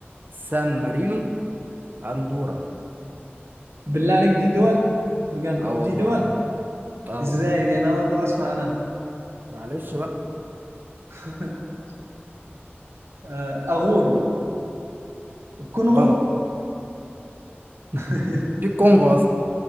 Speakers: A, on the right; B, on the right.
A: سان مارينو اندورا
B: بالله عليك دي دول بجد
A: اه والله
B: دي دول
A: اه
B: ازاي دي انا اول مره اسمع عنها
A: معلش بقى
B: <laughs> آه، اغورو الكونغو
A: غلط <laughs>
B: <laughs>
A: دي الكونغو اصلا